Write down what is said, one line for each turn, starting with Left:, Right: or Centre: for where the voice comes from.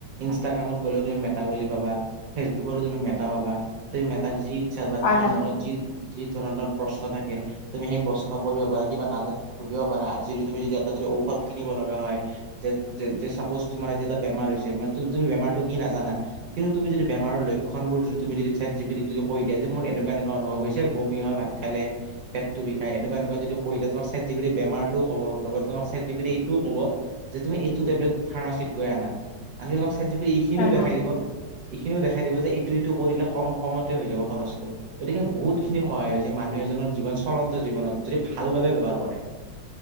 Right: ইনষ্টাগ্ৰামত ক'লেও তুমি মেটা বুলি পাবা, ফেচবুক‌তো তুমি মেটা পাবা, তুমি মেট তাক যি ইচ্ছা বা
Left: হয়
Right: তোমাৰ
Left: হয়
Right: মনত যি, যি ধৰণৰ প্ৰশ্ন থাকে তুমি হেই প্ৰশ্ন কৰিব পাৰা কিবা নাজানিলে সুধিব পাৰা। আজিৰো তুমি যদি এটা যদি ঔষধ কিনিব লগা হয়, যে-যে-যে চাব প'ছ তোমাৰ এতিয়া এটা বেমাৰ হৈছে, ম তু-তুমি বেমাৰটো কি নাজানা কিন্তু তুমি যদি বেমাৰৰ লক্ষণবোৰ যদি তুমি চেট জিপ যদি, যদি কৈ দিয়া যে মোৰ এনেকুৱা, এনেকুৱা অনুভৱ হৈছে বমি হয় ভাত খালে, পেট টো বিষাই, এনেকুৱা এনেকুৱা যদি কই এতিয়া তোমাক চেটজিপিটি বেমাৰটোও ক'ব, লগতে তোমাক চেটজিপিটিয়ে ইটোও ক'ব যে তুমি এইটো টেবলেট ফাৰ্মাচিত গৈ আনা। আনকি তোমাক চেট জিপিতি এইখিনিও
Left: হয়
Right: দেখাই
Left: হয়
Right: দিব, ইখিনিও দেখাই দিব যে এইটো এইটো কৰিলে কম কমতে হৈ যাব খৰচটো। গতিকে বহুত খিনি সহায় হৈছে মানুহ এজনৰ যিমান চলন্ত জীৱনত, যদি ভাল ভাব বে ব্যৱহাৰ কৰে।